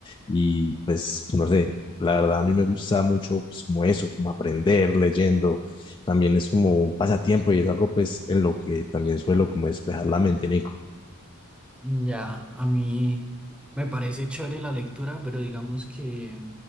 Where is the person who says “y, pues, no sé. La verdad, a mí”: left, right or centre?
Left